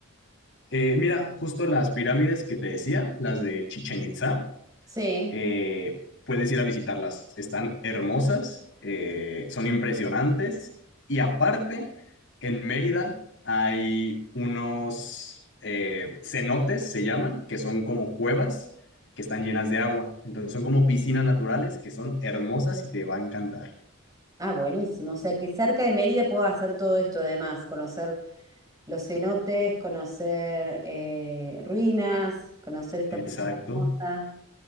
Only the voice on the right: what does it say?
Sí,
Ah, buenísimo. O sea que cerca de Mérida puedo hacer todo esto además, conocer los cenotes, conocer eh, ruinas, conocer esta
playa hermosa.